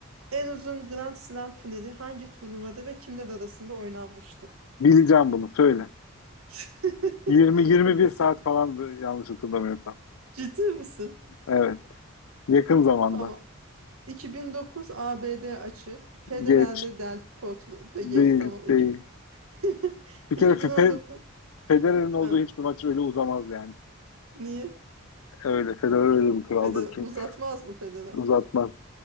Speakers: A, on the right (about 75°); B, on the left (about 75°).
A: En uzun Grand Slam finali hangi turnuvada ve kimler arasında oynanmıştır?
B: Bileceğim bunu söyle.
A: <laughs>
B: 20-21
A: Çok hırsyan.
B: saat falandı yanlış hatırlamıyorsam.
A: Ciddi misin?
B: Evet. Yakın zamanda.
A: Tamam. 2009 ABD açık. Federer'le
B: Geç.
A: Del Potro de
B: Değil,
A: geç tamam. İki-
B: değil.
A: <laughs>
B: Bir
A: 2019
B: kere fe- Federer'in olduğu
A: ha,
B: hiçbir maç öyle uzamaz yani.
A: niye?
B: Öyle. Federer öyle bir kraldır
A: Federer
B: çünkü
A: uzatmaz mı Federer?
B: uzatmaz.